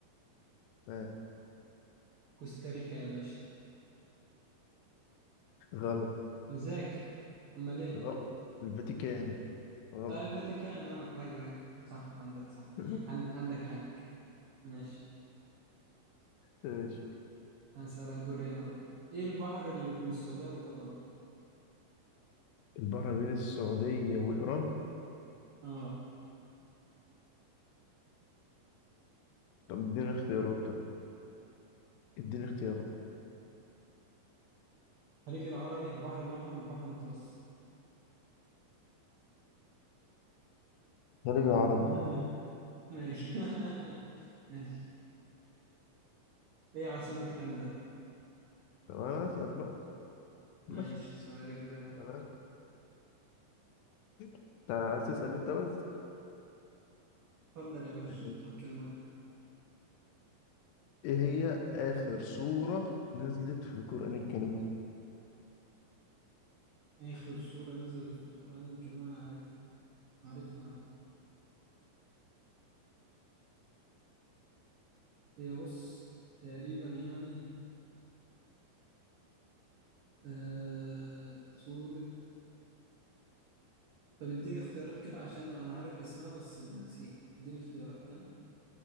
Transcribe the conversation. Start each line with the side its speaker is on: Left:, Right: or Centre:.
Left: آه.
Right: كوستاريكا يا باشا
Left: غلط
Right: مذاكر امال ايه
Left: غلط الفاتيكان غلط
Right: آه الفاتيكان اه ايوه ايوه صح عندك صح
Left: <laughs>
Right: عند... عندك حق ماشي
Left: ماشي
Right: هسألها دوري انا بقى ايه البحر اللي بين السوداء وايران
Left: البحر بين السعوديه وايران
Right: اه
Left: طب اديني اختيارات طيب اديني اختيارات
Right: الخليج العربي البحر الاحمر البحر المتوسط
Left: الخليج العربي
Right: <laughs> ماشي <laughs> ماشي ايه عاصمة كندا
Left: طب انا اسال بقى
Right: ماشي
Left: أنا اسال
Right: سؤال كده اهو
Left: انا انت عايز تسال انت بس
Right: اتفضل يا باشا
Left: ماشي
Right: معاك المايك
Left: ايه هي اخر سوره نزلت في القران الكريم
Right: اخر سورة نزلت في القرآن الكريم انا عارف عارفها هي بص تقريبا يعني آه سورة طب اديني اختيارات كده عشان انا عارف اسمها بس ناسيها اديني اختيارات كده